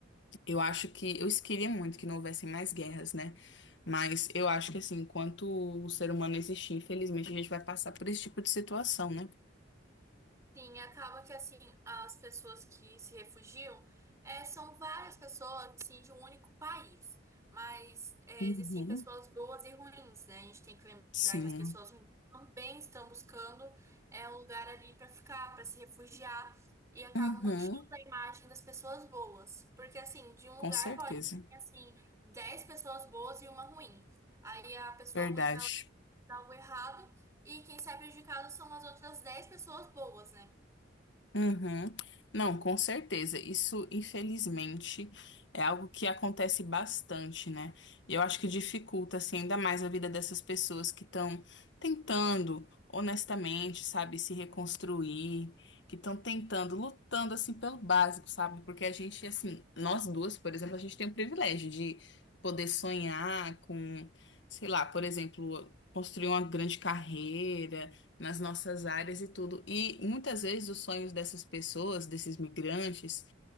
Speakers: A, on the left; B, on the right.
A: eu acho que eu queria muito que não houvessem mais guerras, né? Mas eu acho que assim, enquanto o ser humano existir, infelizmente a gente vai passar por esse tipo de situação, né?
B: Sim, acaba que assim, as pessoas que se refugiam é, são várias pessoas assim, de um único país. Mas é,
A: Uhum,
B: existem pessoas boas e ruins, né? A gente tem que lembrar
A: sim.
B: que as pessoas ruins também estão buscando é, um lugar ali para ficar, para se refugiar, e acabam
A: Uhum,
B: manchando a imagem das pessoas boas. Porque assim, de um
A: com
B: lugar
A: certeza.
B: pode vir assim, 10 pessoas boas e uma ruim. Aí a pessoa
A: Verdade.
B: ruim vai lá e algo errado, e quem sai prejudicado são as outras 10 pessoas boas, né?
A: Uhum. Não, com certeza. Isso, infelizmente, é algo que acontece bastante, né? E eu acho que dificulta, assim, ainda mais a vida dessas pessoas que estão tentando, honestamente, sabe, se reconstruir, que estão tentando, lutando, assim, pelo básico, sabe? Porque a gente, assim, nós duas, por exemplo, a gente tem o privilégio de poder sonhar com, sei lá, por exemplo, construir uma grande carreira nas nossas áreas e tudo. E muitas vezes os sonhos dessas pessoas, desses migrantes,